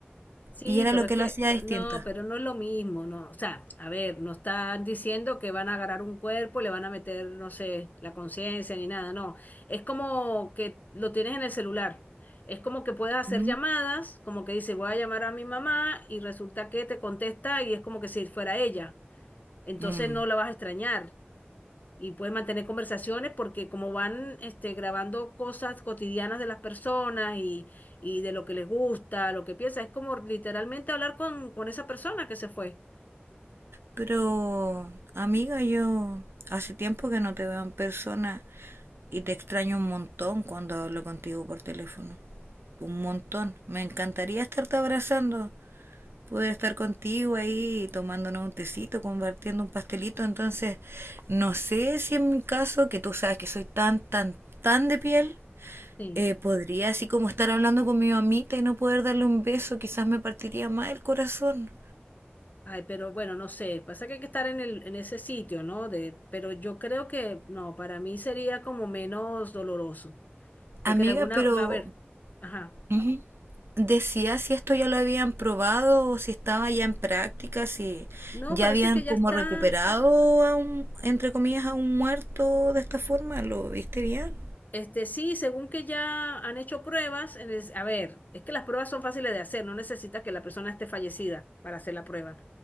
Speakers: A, on the left (about 45°); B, on the right (about 80°).
A: Sí,
B: Y era
A: pero
B: lo
A: es
B: que
A: que
B: lo hacía distinto.
A: no, pero no es lo mismo, no. O sea, a ver, no están diciendo que van a agarrar un cuerpo, le van a meter, no sé, la conciencia ni nada, no. Es como que lo tienes en el celular. Es como que puedes hacer
B: ¿Mm?
A: llamadas, como que dice, voy a llamar a mi mamá y resulta que te contesta y es como que si fuera ella. Entonces
B: Mm.
A: no la vas a extrañar y puedes mantener conversaciones porque como van este, grabando cosas cotidianas de las personas y, y de lo que les gusta, lo que piensa, es como literalmente hablar con, con esa persona que se fue.
B: Pero, amiga, yo hace tiempo que no te veo en persona y te extraño un montón cuando hablo contigo por teléfono. Un montón. Me encantaría estarte abrazando, poder estar contigo ahí tomándonos un tecito, compartiendo un pastelito. Entonces, no sé si en mi caso, que tú sabes que soy tan, tan, tan de piel,
A: Sí.
B: eh, podría así como estar hablando con mi mamita y no poder darle un beso, quizás me partiría más el corazón.
A: Ay, pero bueno, no sé, pasa que hay que estar en el, en ese sitio, ¿no? De, pero yo creo que, no, para mí sería como menos doloroso, porque
B: Amiga,
A: de alguna,
B: pero
A: a ver, ajá.
B: Ujú. Decía si esto ya lo habían probado o si estaba ya en práctica, si
A: No,
B: ya
A: parece
B: habían
A: que
B: como
A: ya está.
B: recuperado a un, entre comillas, a un muerto de esta forma. ¿Lo viste bien?
A: Este, sí, según que ya han hecho pruebas, en es- a ver, es que las pruebas son fáciles de hacer, no necesitas que la persona esté fallecida para hacer la prueba,